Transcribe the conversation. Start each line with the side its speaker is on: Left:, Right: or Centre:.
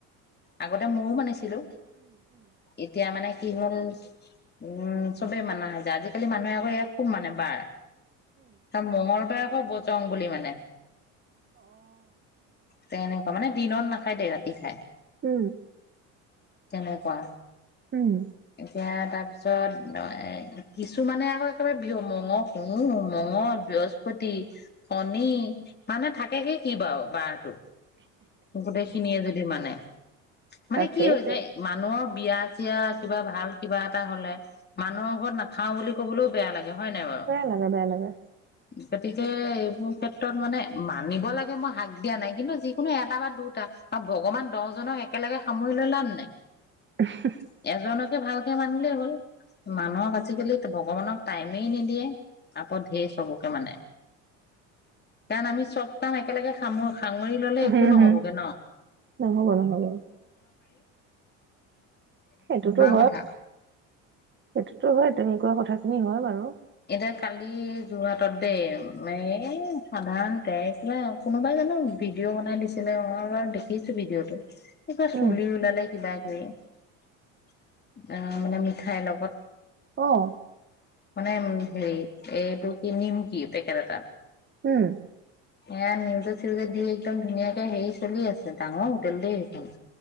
Left: আগতে মোৰো মানিছি - ছিলো, এতিয়া মানে কি হল উম চবেই মানা হৈ যায়। আজিকালি মানুহে আকৌ খুব মানে বাৰ। ত মঙ্গলবাৰে আকৌ বজং বুলি মানে। তেনেকুৱা, মানে দিনত নাখায় দে ৰাতি খাই।
Right: উম।
Left: তেনেকুৱা।
Right: উম।
Left: এতিয়া তাৰ পিছত কিছু মানে আকৌ একেবাৰে বিহু মঙ উ- মগদ, বৃহস্পতি, শণী মানে থাকে কি কি বাৰু বাৰটো। গোটেইখিনিয়ে যদি মানে। মানে
Right: তাকেইতো,
Left: কি হয় যায় মানুহৰ বিয়া চিয়া কিবা ভাল কিবা এটা হলে মানুহৰ ঘৰত নাখাও বুলি ক'বলৈও বেয়া লাগে। <unintelligible> বাৰু
Right: বেয়া লাগে বেয়া লাগে।
Left: গতিকে এইবোৰ ক্ষেত্ৰত মানে মানিব লাগে মই হাক দিয়া নাই। কিন্তু যিকোনো এটা বা দুটা আৰু ভগৱান দহজনক একেলগে সামৰি লৈ ললা নে নাই <unintelligible>
Right: উ হু <unintelligible>
Left: এজনকে ভালকে মানিলেই হ'ল, মানুহক আজিকালি ভগৱানক টাইমেই নিদিয়ে। আকৌ ধেৰ চবকে মানে। কাৰণ আমি চব কাম একেলগে সাম- ফাঙুৰি ল'লে একো
Right: হুম,
Left: নহ'বগৈ
Right: হুম। নহ'ব নহ'ব। সেইটোতো হয়
Left: কথা
Right: সেইটোতো হয়, তেনেকোৱা কথা খিনি হয় বাৰু।
Left: এতিয়া কালি যোৰহাটত দেই ম এই সাধাৰণতে আৰু <unintelligible> কোনোবাই মানে ভিডিঅ' বনাই দিছিলে, মই বাৰু দেখিছো ভিডিঅ'টো। কিবা
Right: উম।
Left: চুলি ওলালে কিবা কৰি আহ মানে মিঠাইৰ লগত,
Right: অহ।
Left: মানে উ হেৰি এইটো কি নিমকি পেকেট এটা।
Right: উম।
Left: এ নিউজে চিউজে দি একদম ধুনীয়াকে হেৰি চলি আছে। ডাঙৰ হোটেলদেই সেইখন।